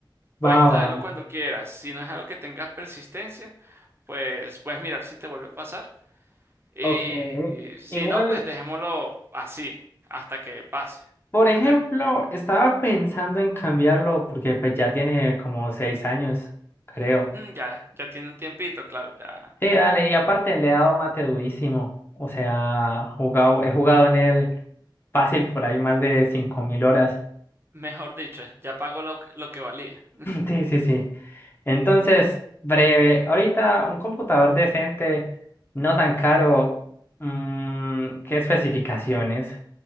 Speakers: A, on the right; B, on the left.
A: Puedes
B: Va,
A: traerlo
B: va.
A: cuando quieras, si no es algo que tenga persistencia, pues puedes mirar si te vuelve a pasar. Y,
B: Ok.
A: y si
B: Igual,
A: no, pues dejémoslo así, hasta que pase.
B: por ejemplo,
A: <clears throat>
B: estaba pensando en cambiarlo porque pues ya tiene como seis años, creo.
A: Ya, ya tiene un tiempito, claro, ya.
B: Sí, dale, y aparte le he dado mate durísimo. O sea, jugado, he jugado en él fácil por ahí más de 5.000 horas.
A: Mejor dicho, ya pagó lo, que lo que valía.
B: Sí, sí, sí. Entonces, breve, ahorita un computador decente, no tan caro, mm, ¿qué especificaciones?